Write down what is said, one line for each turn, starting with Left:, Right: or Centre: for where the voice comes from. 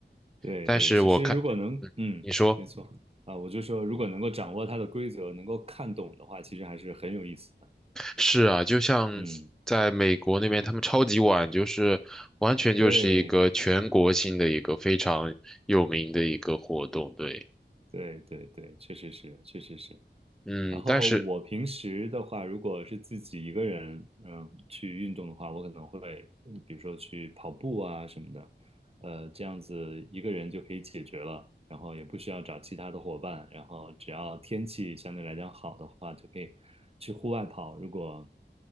Right: 对对，
Centre: 但是我看，
Right: 其实如果能，
Centre: 嗯，
Right: 嗯，
Centre: 你说
Right: 没错啊，我就说如果能够掌握它的规则，能够看懂的话，其实还是很有意思的。
Centre: 是啊，就像在美国那边，
Right: 嗯，
Centre: 他们超级碗就是完全就是一个全国性的一个非常有名的一个活动，
Right: 对
Centre: 对。
Right: 对对对，确实是，确实是。
Centre: 嗯，
Right: 然后我平时的话，
Centre: 但是
Right: 如果是自己一个人，嗯，去运动的话，我可能会，嗯比如说去跑步啊什么的，呃，这样子一个人就可以解决了，然后也不需要找其他的伙伴，然后只要天气相对来讲好的话，就可以去户外跑，如果